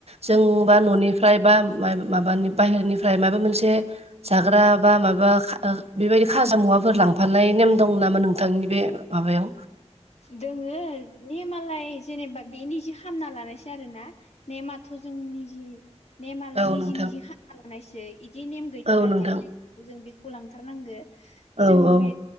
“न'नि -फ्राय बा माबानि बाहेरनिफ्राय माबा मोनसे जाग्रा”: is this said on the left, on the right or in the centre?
Right